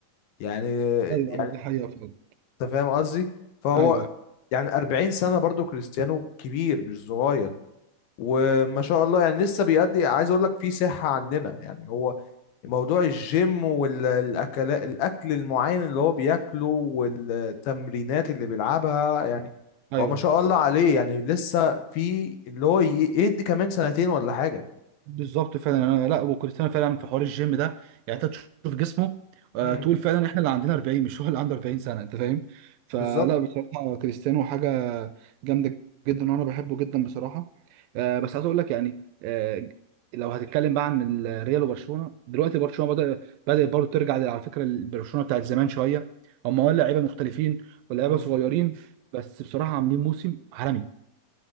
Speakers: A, on the left (about 80°); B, on the right (about 80°).
A: يعني
B: ايوه
A: يعني
B: ايوه دي حقيقة فعلا
A: أنت فاهم قصدي فهو
B: ايوه
A: يعني 40 سنة برضو كريستيانو كبير مش صغير وما شاء الله يعني لسه بيأدي عايز أقول لك في صحة عندنا يعني هو موضوع الجيم والاكل الاكل المعين اللي هو بياكله والتمرينات اللي بيلعبها يعني
B: ايوه
A: هو ما شاء الله عليه يعني لسه في اللي هو ي- يدي كمان سنتين ولا حاجة
B: بالظبط فعلا انا لا وكريستيانو فعلا في حوار الجيم ده يعني انت تشوف جسمه آه،
A: امم
B: تقول فعلا احنا اللي عندنا 40 مش هو اللي عنده 40 سنه انت فاهم فلا
A: بالظبط
B: بصراحه كريستيانو حاجه جامده جدا وانا بحبه جدا بصراحه آه، بس عايز اقول لك يعني آه، لو هتتكلم بقى عن الريال وبرشلونه دلوقتي برشلونه بدا بدا برضه ترجع على فكره البرشلونه بتاعت زمان شويه هم ولا لعيبه مختلفين ولا لعيبه
A: مم.
B: صغيرين بس بصراحه عاملين موسم عالمي